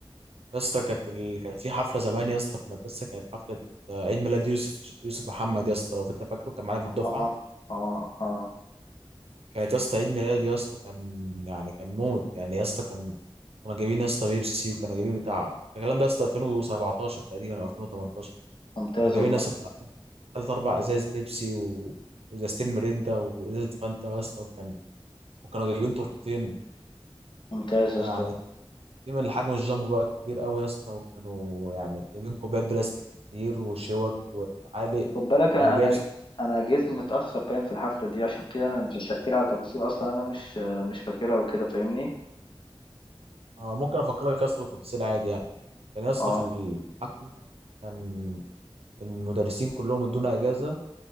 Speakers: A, on the right; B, on the left.
A: يا اسطى كانت ال... كانت في حفله زمان يا اسطى في المدرسه كانت حفله آه، عيد ميلاد يوسف يوسف محمد يا اسطى لو انت فاكره كان معانا في الدفعه
B: اه اه اه
A: كانت يا اسطى عيد ميلاد يا اسطى كان يعني كان موت يعني يا اسطى كان كنا جايبين يا اسطى بيبسي وكنا جايبين بتاع الكلام ده يا اسطى 2017 تقريبا او 2018
B: ممتاز
A: كنا جايبين
B: والله
A: يا اسطى بتاع ثلاث اربع ازاز بيبسي و... وازازتين ميريندا وازازه فانتا يا اسطى وكان وكانوا جايبين تورتتين
B: ممتاز يا
A: يعني
B: اسطى
A: دايما الحجم الجامبو بقى كبير قوي يا اسطى وكانوا يعني جايبين كوبايات بلاستيك كتير وشوك وعالق
B: خد بالك انا
A: واللي جايب
B: انا أنا جيت متأخر باين في الحفلة دي عشان كده انا انت بتحكي لي على تفاصيل اصلا انا مش مش فاكرها وكده فاهمني
A: آه ممكن افكر لك يا اسطى بالتفاصيل عادي يعني كان يا اسطى
B: اه
A: في الحفله كان المدرسين كلهم ادونا اجازه